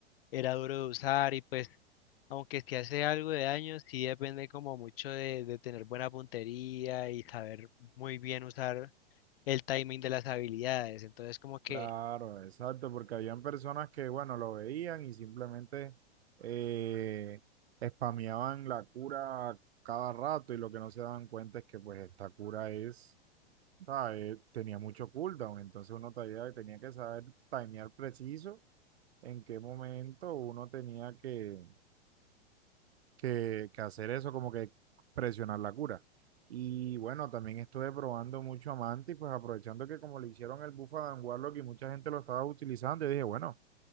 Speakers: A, on the left; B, on the right.
A: era duro de usar y pues aunque sí hace algo de daño, sí depende como mucho de, de tener buena puntería y saber muy bien usar el timing de las habilidades. Entonces como que...
B: Claro, exacto, porque habían personas que, bueno, lo veían y simplemente eh, spameaban la cura cada rato y lo que no se daban cuenta es que pues esta cura es, ¿sabes? Tenía mucho cooldown, entonces uno tenía, tenía que saber timear preciso en qué momento uno tenía que, que, que hacer eso, como que presionar la cura. Y bueno, también estuve probando mucho Amante y pues aprovechando que como le hicieron el buff a Adam Warlock y mucha gente lo estaba utilizando, yo dije, bueno,